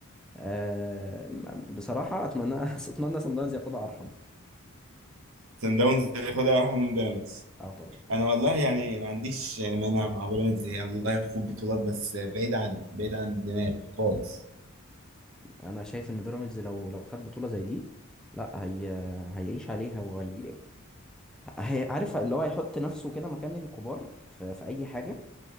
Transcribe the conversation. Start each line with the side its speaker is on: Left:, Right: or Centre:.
Centre: أه بصراحه اتمنى <laughs> اتمنى صن داونز ياخدها ارحم
Right: سان داونز ياخدها ارحم من بيراميدز
Centre: اه طبعا
Right: انا والله يعني ما عنديش مانع مع بيراميدز يعني الله يخوض بطولات بس بعيد عن بعيد عن دماغي خالص
Centre: انا شايف ان بيراميدز لو لو خد بطوله زي دي لا هي هيعيش عليها وهي هي عارف اللي هو هيحط نفسه كده مكان الكبار في, في اي حاجه